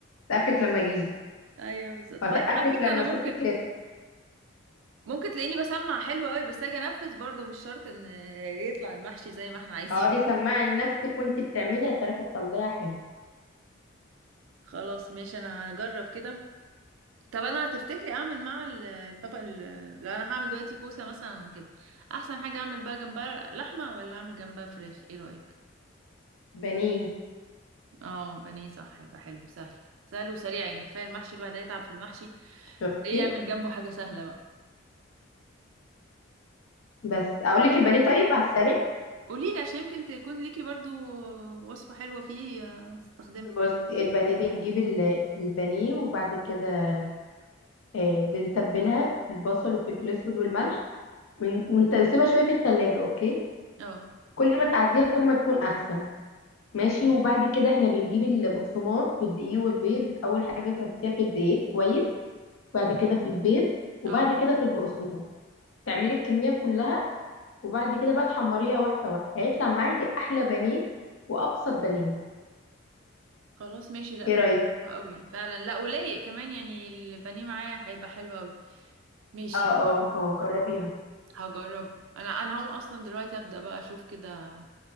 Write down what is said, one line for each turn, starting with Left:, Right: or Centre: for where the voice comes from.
Left: اسقف لك لما اجيلك
Right: ايوه بالظبط
Left: واسقف
Right: وبعدين على
Left: لك
Right: فكرة
Left: لما
Right: انا
Left: اشوفك
Right: ممكن ممكن تلاقيني بسمع حلو قوي بس اجي انفذ برضو مش شرط ان يطلع المحشي زي ما احنا عايزين
Left: اقعدي سماعي لنفسك وانت بتعملي هتعرفي تطلعيها حلو
Right: خلاص ماشي انا هجرب كده طب انا هتفتكري اعمل مع الطبق ال- لو انا هعمل دلوقتي كوسه مثلا وكده احسن حاجه اعمل بقى جنبها لحمه ولا اعمل جنبها فراخ ايه رايك
Left: بانيه
Right: اه بانيه صح يبقى حلو سهل سهل وسريع يعني كفايه المحشي الواحد هيتعب في المحشي
Left: شفتي
Right: ايه يعمل جنبه حاجه سهله بقى
Left: بس اقول لك البانيه طيب على السريع
Right: قولي لي عشان يمكن تكون ليكي برضو وصفه حلوه فيه آه، استخدمها
Left: بصي البانيه بنجيب ال- البانيه وبعد كده آه، بنتبلها بالبصل والفلفل الاسود والملح ون- وانت سيبها شويه في التلاجة اوكي
Right: اه
Left: كل ما تقعديها كل ما تكون احسن ماشي وبعد كده احنا بنجيب البقسماط والدقيق والبيض بت- اول حاجه تحطيها في الدقيق كويس بعد كده في البيض وبعد
Right: اه
Left: كده في البقسماط تعملي الكمية كلها وبعد كده بقى تحمريها واحدة واحدة هيطلع معاكي أحلى بانيه وأبسط بانيه
Right: خلاص ماشي لا
Left: ايه
Right: ده
Left: رأيك؟
Right: كده حلو قوي فعلا لا ولايق كمان يعني البانيه معاه هيبقى حلو قوي ماشي
Left: اه اه اه جربيها
Right: هجربها انا انا هقوم اصلا دلوقتي ابدا بقى اشوف كده